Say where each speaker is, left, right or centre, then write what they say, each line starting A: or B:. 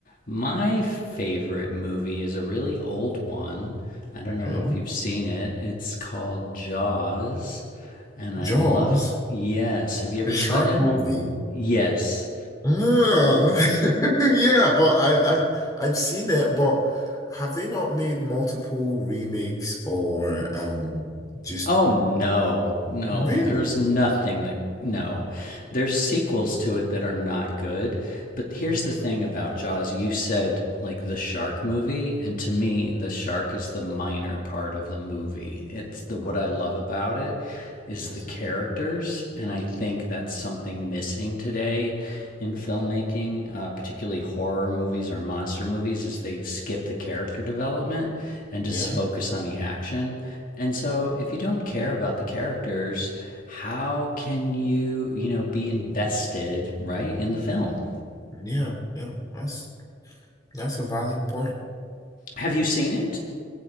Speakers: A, on the left; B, on the left.
A: My favorite movie is a really old one. I don't
B: Okay.
A: know if you've seen it. It's called Jaws, and I
B: Jaws,
A: love. Yes, have you ever
B: the shark
A: seen it?
B: movie.
A: Yes.
B: No. <laughs> Yeah, but I, I I've seen it, but have they not made multiple remakes or um just
A: Oh no, no,
B: really?
A: there's nothing that no. There's sequels to it that are not good. But here's
B: Mhm.
A: the thing about Jaws. You said like the shark movie, and to me the shark is the minor part of the movie. It's the
B: Um,
A: what I love about it is
B: I
A: the
B: see.
A: characters. And I think that's something missing today in filmmaking, uh, particularly horror movies or monster movies, is they skip the character development and
B: Yeah,
A: just focus on the action. And so if you don't care about the characters, how can you, you know, be invested, right, in the film?
B: yeah, yeah. That's That's a valid point.
A: Have you seen it?